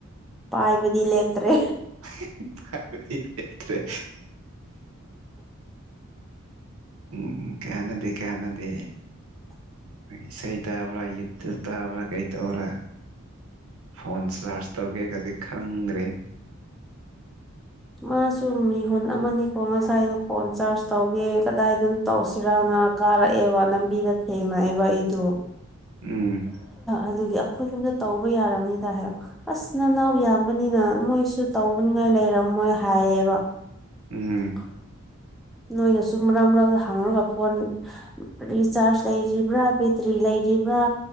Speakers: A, in the centre; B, on the right.
A: ꯄꯥꯏꯕꯗꯤ ꯂꯦꯞꯇ꯭ꯔꯦ
B: <unintelligible> ꯎꯝ ꯀꯅꯥꯗꯦ ꯀꯅꯥꯗꯦ ꯢꯁꯩ ꯇꯥꯕ꯭ꯔꯥ ꯌꯨꯇꯨꯞ ꯇꯥꯕ꯭ꯔꯥ ꯀꯩ ꯇꯧꯕ꯭ꯔꯥ ꯐꯣꯟ ꯆꯥꯔꯖ ꯇꯧꯒꯦꯒꯗꯤ ꯈꯪꯗ꯭ꯔꯦ
A: ꯃꯥꯁꯨ ꯃꯤꯍꯨꯟ ꯑꯃꯅꯤꯀꯣ ꯉꯁꯥꯏꯗꯣ ꯐꯣꯟ ꯆꯥꯔꯖ ꯇꯧꯒꯦ ꯀꯗꯥꯏꯗꯅꯣ ꯇꯧꯁꯤꯔꯥꯅ ꯀꯥꯔꯛꯑꯦꯕ ꯂꯝꯕꯤꯗ ꯊꯦꯡꯅꯛꯑꯦꯕ ꯑꯩꯗꯣ
B: ꯎꯝ
A: ꯑꯗꯨꯒꯤ ꯑꯩꯈꯣꯏ ꯌꯨꯝꯗ ꯇꯧꯕ ꯌꯥꯔꯝꯅꯤꯗ ꯍꯥꯏꯔ ꯑꯁ ꯅꯅꯥꯎ ꯌꯥꯝꯕꯅꯤꯅ ꯃꯣꯏꯁꯨ ꯇꯧꯕꯅꯤꯉꯥꯏ ꯂꯩꯔꯝꯃꯣꯏ ꯍꯥꯏꯌꯦꯕ
B: ꯎꯝ
A: <unintelligible> ꯅꯣꯏꯅꯁꯨꯨꯝ ꯃꯔꯛ ꯃꯔꯛ ꯍꯥꯡꯔꯨꯔꯒ ꯐꯣꯟ ꯔꯤꯆꯥꯔꯖ ꯂꯩꯔꯤꯕ꯭ꯔꯥ ꯕꯦꯇ꯭ꯔꯤ ꯂꯩꯔꯤꯕ꯭ꯔꯥ